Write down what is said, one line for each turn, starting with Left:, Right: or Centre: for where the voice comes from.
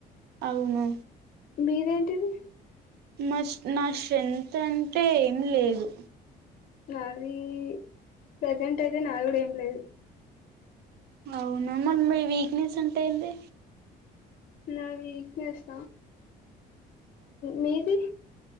Right: అవును
Left: మీద ఏంటిది
Right: మా నా శ్రెంత్ అంటే ఏమి లేదు
Left: నాది ప్రజెంట్ అయితే నాకు కూడా ఏంలేదు
Right: అవునా మన వీక్నెస్ ఉంటాంది
Left: నక్ నస్ మీది